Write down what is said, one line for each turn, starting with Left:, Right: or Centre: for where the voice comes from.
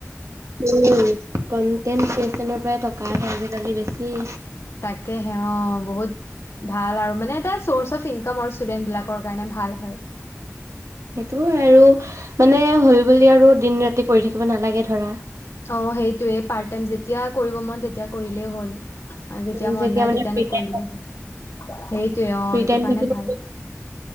Right: উম কনটেন্ট ক্ৰিয়েচনৰ পৰা টকা আহে আজিকালি বেছি।
Left: তাকে সে অ', বহুত ভাল আৰু মানে এটা চৰ্চ অফ ইনকাম আৰু ষ্টুডেন্ট বিলাকৰ কাৰণে ভাল হয়।
Right: সেইটো আৰু মানে হ'ল বুলি আৰু দিন ৰাতি কৰি থাকিব নালাগে ধৰা।
Left: অ', সেইটোৱেই পাৰ্ট টাইম যেতিয়া কৰিব মন তেতিয়া কৰিলেই হ'ল। আৰু যেতিয়া
Right: উম,
Left: মন নাই
Right: মানে
Left: তেতিয়া
Right: ফ্ৰী
Left: নকৰিলেই
Right: টাইম
Left: হ'ল সেইটোয়ে অ',
Right: ফ্ৰী
Left: সেইটো
Right: টাইম
Left: কাৰণে
Right: থাকিলে
Left: ভাল।